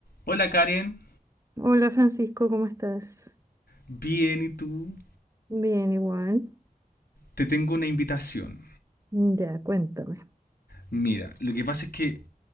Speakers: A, on the left; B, on the right.
A: Hola Karen,
B: Hola Francisco, ¿cómo estás?
A: bien y tú,
B: Bien, igual.
A: te tengo una invitación.
B: Ya, cuéntame.
A: Mira, lo que pasa es que